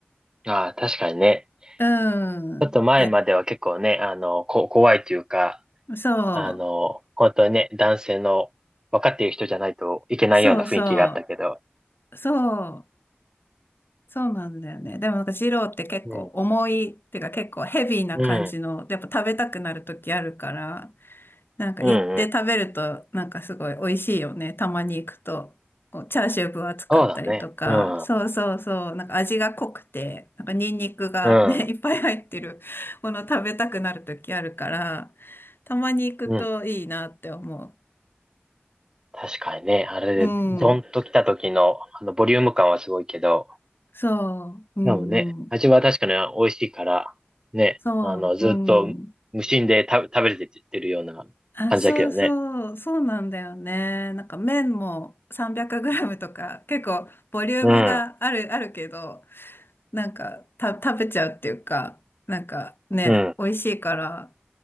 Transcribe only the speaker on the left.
うん。
で、
そ
う、そうそう、そう、そうなんだよね。でもなんか二郎って結構重い、
っていうか結構ヘビーな感じの、
やっぱ食べたくなる時あるから、なんか行って食べると、
なんかすごい美味しいよね。たまに行くと。こうチャーシュー分厚かったりとか。
そうそうそう。なんか味が濃くて、なんかニンニクがね、
<laughs> いっぱい入ってるもの食べたくなる時あるから、たまに行くといいなって思
う。う
ん。
そう。うんうん。
そう。
うん。あ、そうそう。そうなんだよね。なんか麺も 300g とか結構ボリュームがある、
あるけど、なんか、た、食べちゃうっていうか、なんかね、
美味しいから、